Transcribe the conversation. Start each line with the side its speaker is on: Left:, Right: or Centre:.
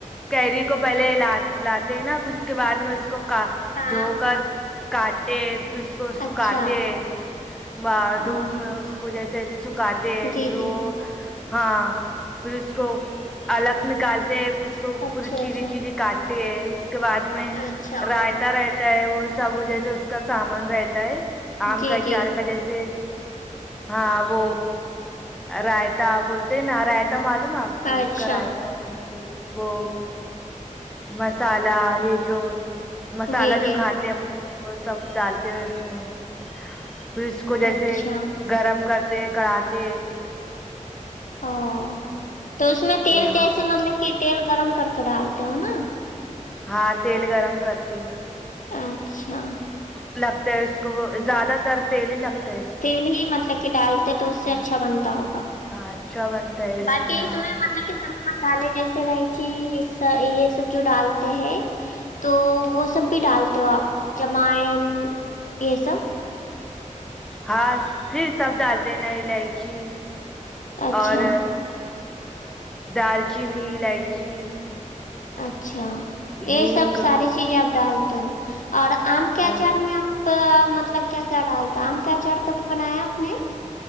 Centre: کیری کو پہلے لاتے ہیں نا پھر اس کے بعد میں اس کو کا
Left: ہاں
Centre: دھو کر کاٹے پھر اس کو سکھاتے
Left: اچھا
Centre: بار
Left: ہاں
Centre: دھوپ میں اس کو جیسے س کاتتے ہیں
Left: جی
Centre: پھر
Left: جی
Centre: وہ ہاں پھر اس کو الگ نکالتے پھر اس کو
Left: اچھا
Centre: پورے چری
Left: اچھا
Centre: چیری کاٹ پیاز بعد میں
Left: اچھا
Centre: رائتا رہتا ہوتا ہے وہ سب جیسے اس کا سامان رہتا ہے آم
Left: جی
Centre: کا ا
Left: جی
Centre: چار کا جیسے ہاں وہ رائتا بولتے نا رائتا تمالو آپ کو
Left: اچھا
Centre: اس کا رائتا ون آپ وہ مسالا یہ جو مسالہ
Left: جی جی
Centre: جو کھاتے ہیں اپن وہ سب ڈالتے ہیں اس میں پھر اس کو جیسے
Left: اچھا
Centre: گرم کر کراتے
Left: او تو اس میں تیل
Centre: ہاں
Left: جیسے مطلب کہ تیل گرم کر کے ڈالتے ہو نا
Centre: ہاں تیل گرم کرتی ہے نا
Left: اچھا
Centre: لگتے ہے اس کو وہ زیادہ تر تیل ہی لگتا ہے اس کو
Left: تیل ہی مطلب کہ ڈالتے ہیں تو اس سے اچھا
Centre: ہاں
Left: بنتا ہوگا
Centre: ہاں اچھا بنتا ہے
Left: باقی
Centre: ہاں
Left: اس میں مطلب سبھی مسالے جیسے رائچی س یہ سب جو ڈالتے ہیں تو وہ سب بھی ڈالتے ہو آپ جمائن یہ سب
Centre: ہاں پھر سب ڈالتے ہیں نا الائچی
Left: اچھا
Centre: اور دال چین الائچی
Left: اچھا یہ
Centre: ہینگ
Left: سب ساری چیزیں آپ ڈالتے ہو اور آم کے
Centre: ہلدی
Left: اچار میں آپ پ <unintelligible> مطلب کیا کیا ڈالتا ہے آم کا چر تبھی بنایا آپ نے